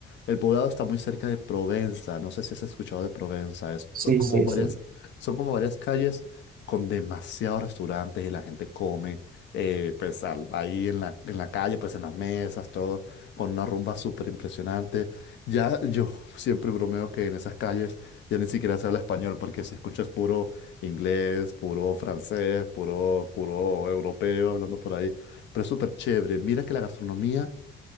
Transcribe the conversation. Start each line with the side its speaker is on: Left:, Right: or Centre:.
Left: El Poblado está muy cerca de Provenza, no sé si has escuchado de Provenza, es
Right: Sí,
Left: como
Right: sí,
Left: varias,
Right: sí.
Left: son como varias calles con demasiados restaurantes y la gente come, eh, pues al- ahí en la, en la calle, pues en las mesas, todo, con una rumba súper impresionante. Ya yo siempre bromeo que en esas calles ya ni siquiera se habla español porque se escucha es puro inglés, puro francés, puro, puro europeo hablando por ahí. Pero es súper chévere. Mira que la gastronomía